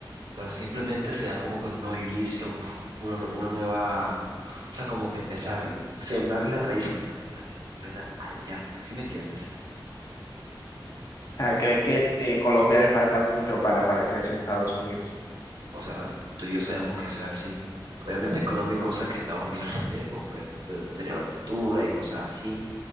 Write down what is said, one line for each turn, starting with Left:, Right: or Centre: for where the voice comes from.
Right: pero simplemente será como que un nuevo inicio, una, nue- una nueva, o sea, como que empezar, sembrar las raíces de una generación completa allá, ¿sí me entiendes?
Left: sea, ¿crees que eh, Colombia le falta mucho para parecerse a Estados Unidos?
Right: O sea, tú y yo sabemos que sea así. Obviamente en Colombia hay cosas que Estados Unidos no tiene, como por ejemplo, sería la cultura y cosas así,